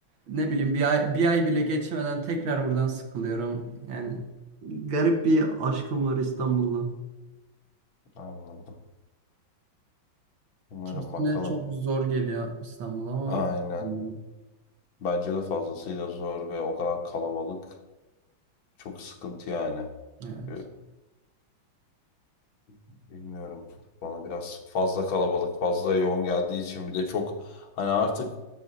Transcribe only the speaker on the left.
anladım. Umarım
bakalım.
Aynen.
Bence de fazlasıyla zor ve o kadar kalabalık çok sıkıntı yani.
Ee, Bilmiyorum. Bana biraz fazla kalabalık, fazla yoğun geldiği için bir de çok hani artık